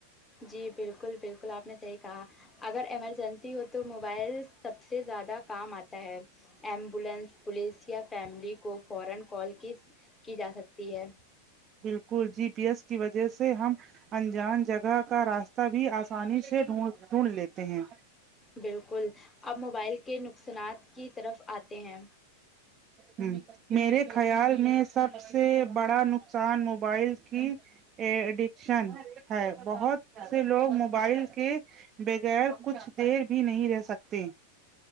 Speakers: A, on the left (about 15°); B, on the right (about 30°).
A: جی بالکل بالکل آپ نے صحیح کہا اگر ایمرجنسی ہو تو موبائل سب سے زیادہ کام آتا ہے ایمبولینس پولیس یا فیملی کو فورا کال کی کی جا سکتی ہے
B: بالکل جی پی ایس کی وجہ سے ہم انجان جگہ کا راستہ بھی آسانی سے ڈھون ڈھونڈ لیتے ہیں
A: بالکل اب موبائل کے نقصانات کی طرف آتے ہیں
B: ہمم میرے خیال میں سب سے بڑا ن قصان موبائل کی ا ایڈکشن ہے بہت سے لوگ موبائل کے بغیر کچھ دیر بھی نہیں رہ سکتے